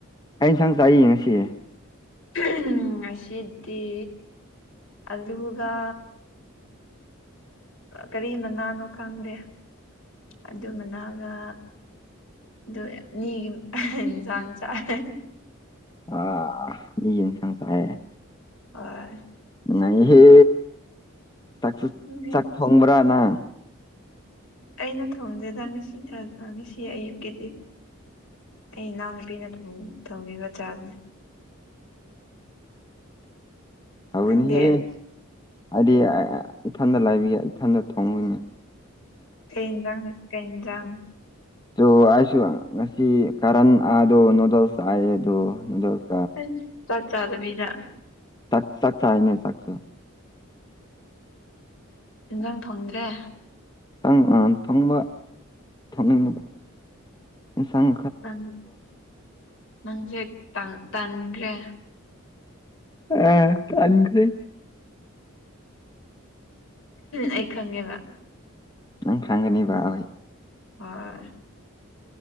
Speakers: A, on the left; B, on the left.
A: ꯑꯩꯩꯅꯟꯁꯪ ꯆꯥꯛꯏ ꯉꯁꯤꯦ
B: ꯎꯝ ꯉꯁꯤꯗꯤ‌ ꯑꯂꯨꯒ ꯀꯔꯤ ꯃꯅꯥꯅꯣ ꯈꯪꯗꯦ ꯑꯗꯨ ꯃꯅꯥꯒ ꯑꯗꯨ ꯃꯤꯒꯤ ꯏꯟꯁꯥꯡ ꯆꯥꯏ
A: ꯑ ꯅꯤ ꯌꯦꯟꯁꯥꯡ ꯆꯥꯏꯌꯦ
B: ꯑꯥꯏ
A: ꯅꯩꯍꯦ ꯆꯥꯛꯁꯨ
B: ꯎꯝ,
A: ꯆꯥꯛ ꯊꯣꯡꯕ꯭ꯔꯥ ꯅꯪ
B: ꯑꯩꯅ ꯊꯣꯟꯗ‌ꯦꯗ ꯉꯁꯤ ꯉꯁꯤ ꯑꯌꯨꯛꯀꯤꯗꯤ ꯑꯩ ꯏꯅꯥꯎꯅꯨꯄꯤꯅ ꯊꯣꯡꯕꯤꯕ ꯆꯥꯕꯅꯦ
A: ꯍꯅꯤꯍꯦ
B: ꯅꯪꯗꯤ
A: ꯑꯩꯗꯤ ꯏꯊꯟꯗ ꯂꯥꯏꯕꯤꯒꯦ ꯏꯊꯟꯗ ꯊꯣꯡꯉꯨꯅꯦ
B: ꯀꯩ ꯂꯥꯡ ꯀꯩ ꯂꯥꯡ
A: ꯆꯣ ꯑꯩꯁꯨ ꯉꯁꯤ ꯀꯔꯟ ꯑꯗꯣ ꯅꯨꯗꯜꯁ ꯑ ꯑꯗꯣ ꯅꯨꯗꯜꯁ
B: ꯑꯦꯁ ꯆꯥꯛ ꯆꯥꯗꯕꯤꯗ
A: ꯆꯥꯛ ꯆꯥꯛꯁ ꯍꯥꯏ ꯅ ꯆꯥꯛꯁ
B: ꯏꯟꯖꯥꯡ ꯊꯣꯡꯗ꯭ꯔꯦ
A: ꯪ ꯊꯣꯡꯕ ꯊꯣꯡꯅꯤꯡꯕ ꯆꯪ
B: ꯅꯪ ꯅꯪꯁꯦ ꯇꯥꯟꯈ꯭ꯔꯦ
A: ꯑ ꯑꯅꯤ ꯀꯔꯤ
B: ꯑꯩ ꯈꯪꯉꯦꯕ
A: ꯅꯪ ꯊꯪꯒꯅꯤꯕ ꯑꯩꯣꯏ
B: ꯍ